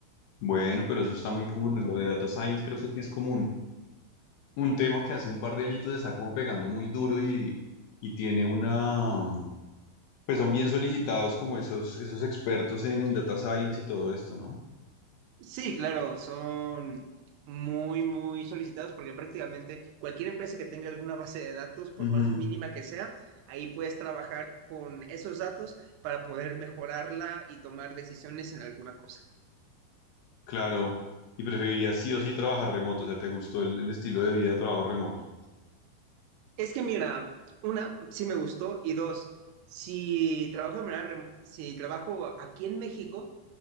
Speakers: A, on the left; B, on the right.
A: Bueno, pero eso está muy cool. Lo de data science creo que sí es como un, un tema que hace un par de añitos está como pegando muy duro y, y tiene una... mm, Pues son bien solicitados como esos, esos expertos en, en data science y todo esto, ¿no?
B: Sí, claro, son muy, muy solicitados porque prácticamente cualquier empresa que tenga alguna base de datos, por
A: Ujú,
B: más mínima que sea, ahí puedes trabajar con esos datos para poder mejorarla y tomar decisiones en alguna cosa.
A: claro. Y preferirías sí o sí trabajar remoto. O sea, ¿te gustó el, el estilo de vida de trabajo remoto?
B: Es que mira, una, sí me gustó y dos, si trabajo de manera rem- si trabajo aquí en México,